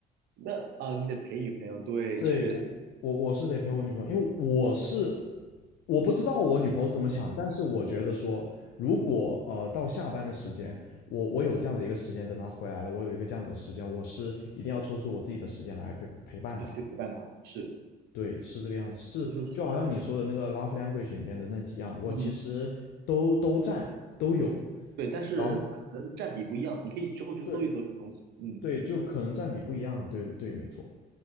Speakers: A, on the right; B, on the left.
A: 那啊，你得陪女朋友，对，
B: 对，
A: 确，
B: 我我我是得陪我女朋友，因为我是我不知道我女朋友是怎么想，但是我觉得说，如果呃到下班的时间，我我有这样的一个时间，等她回来了，我有一个这样子的时间，我是一定要抽出我自己的时间来陪陪伴她的。
A: 需要去陪伴她。是，
B: 对，是这个样子，是就好像你说的那个
A: 就是。
B: love language 里面的那几样，我其实都都占都有，
A: 嗯，对，但是可能占比不一样，
B: 然后
A: 你可以之后去搜一搜这个东西。
B: 对
A: 嗯，
B: 对，就可能占比不一样，对对对，没错。